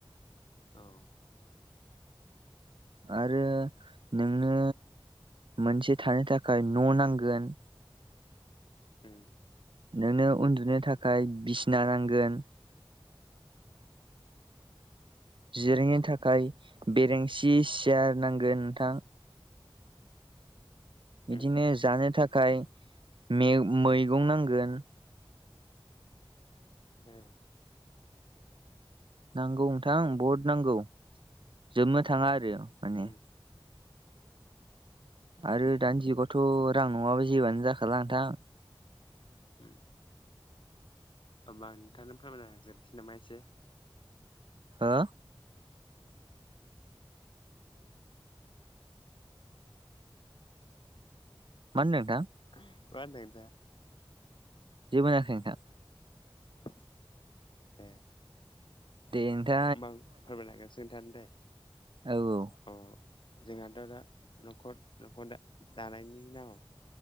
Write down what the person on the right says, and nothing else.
आरो नोंनो मोनसे थानो थाखाय न' नांगोन
नोंनो उन्दुनो थाखाय बिसिना नांगोन जिरेंनि थाखाय बेरेंसि सियार नांगोन नोंथां
बिदिनो जानो थाखाय मैगं नांगोन
नांगौ नोंथां बहद नांगौ जोबनो थाङा आरो माने
आरो दानि जुगावथ' रां नङाबा जेबानो जाखाला नोंथां
हा मा होनदों नोंथां।
जेबोोष होनाखै नोंथां।
दे नोंथां।
औ -औ।